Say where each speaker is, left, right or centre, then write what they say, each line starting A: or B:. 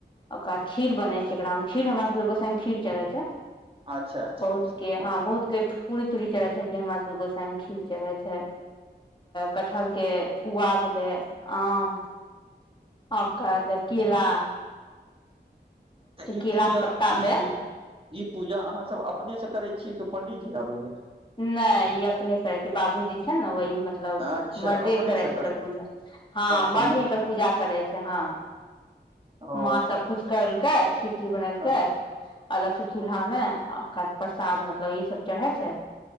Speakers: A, on the left; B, on the right.
A: ओकरााद खीर बन
B: अच्छा
A: छै एकरा मे खीर हमरा सबके गोसाई के खीर चरहै छै
B: अच्छा अच्छा
A: बहुत
B: अच्छा
A: के
B: ओ
A: हँ बहुत के पूरी तूरी चढ़ै छै कि हमरा सबके गोसाई मे खीर चढ़ै छै कटहल के कुआ भेले आम ओ काद केलाा
B: तऽ ई
A: केला
B: पूजा
A: के पत्ता
B: ई
A: पे
B: ई पूजा अहाँ सब अपने से करै छियै कि पंडीजी आबैया
A: नाय ई अपने करै छी बाबूजी छै ने वहि मतलब मतलब
B: अच्छा
A: मर्दे
B: अपने
A: करै
B: से
A: छै एकर
B: छी।
A: पूजा हँ
B: अच्छा
A: मर्द
B: म
A: ही एकर पूजा करै छै हँ
B: ओ
A: माँ सब कुछ करलकै खिर खीर बनेल
B: हँ
A: के अलग से चूल्हा में ओकाबाद प्रसाद मतलब ई सब चढ़े छै